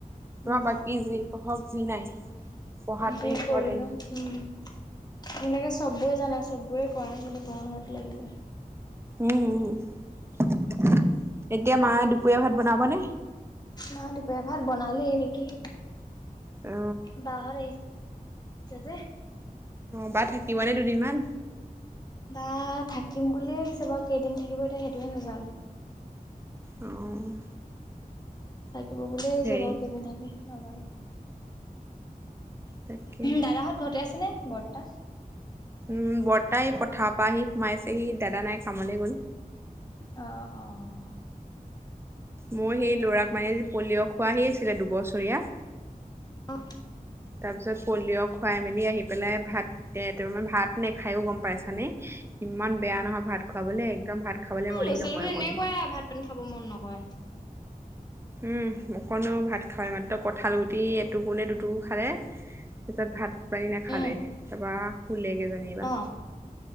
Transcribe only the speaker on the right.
তোমাৰ
বাকী যি পঢ়ক যি নাই পঢ়াটো
ইম্পৰ্টেণ্ট।
উম এতিয়া মা দুপৰীয়া ভাত বনাবনে
অ
বা থাকিবনে দুদিনমান?
অ'
হেৰি
তাকেহে।
উম বৰ্তাই পথাৰ পৰা আহি সোমাইছেহি দাদা নাই কামলৈ গ'ল।
মোৰ সেই ল'ৰাক মানে পলিঅ' খোৱাহি আছিলে দুবছৰীয়া।
তাৰ পিছত পলিঅ' খুৱাই মেলি আহি পেলাই ভাত এ ভাত নেখাইও গম পাইছানে? ইমান বেয়া নহয় ভাত খোৱাবলৈ একদম ভাত খাবলৈ
মনেই
নকৰে
অকণো
উম অকণো ভাত খাৱ মাত্ৰ কঁঠাল গুটি এটোকো নে দুটুকো খালে। তাৰপিছত ভাত পানী নাখালে
তাৰপা শুলেগে যেনিবা।